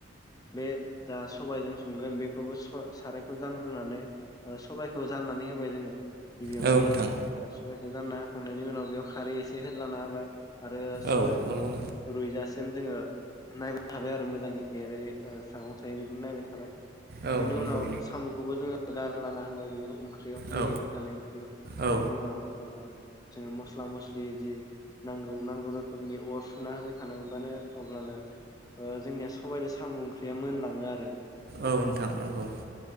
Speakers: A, on the left; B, on the right.
A: बे जा सबायजों संगोन बेखौबो सा -सारायखौ जांग्रोनानै ओ सबायखौ जाननानै होबाय जोङो गिबियावनो
B: औ नोंथां
A: ओ सबाय खौ जानना होखांनायनि उनाव बेयाव खारै एसे होदलाना होबाय। आरो सबाइखौ
B: औ नंगौ
A: रुइजासिम जोङो नायबाय थाबाय आरो मोजां एरै ओ सागं सायो बिदिनो नायबाय थाबाय।
B: औ
A: बेनि
B: नंगौ
A: उनाव साम'खौबो जोङो गार लाना होबाय बेयाव ओं ख्रियाव गोदौबाय
B: औ
A: थानाय ओंख्रियाव।
B: औ
A: बिनि उनाव ओ जोङो मस्ला मस्लि जि नांगौ नांगौ रोखोमनि अर सुना होबाय थानांबानो अब्लानो ओ जोंनिया सबाइदो साम' ओं ख्रिया मोनलाङो आरो
B: औ नोंथां नंगौ।